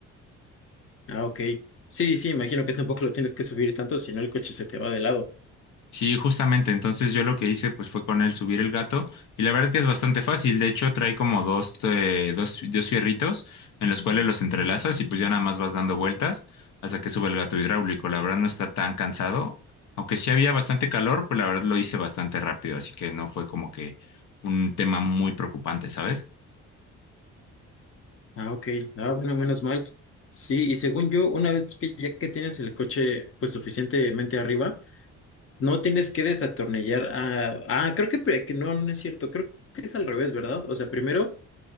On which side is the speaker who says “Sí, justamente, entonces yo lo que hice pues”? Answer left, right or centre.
Left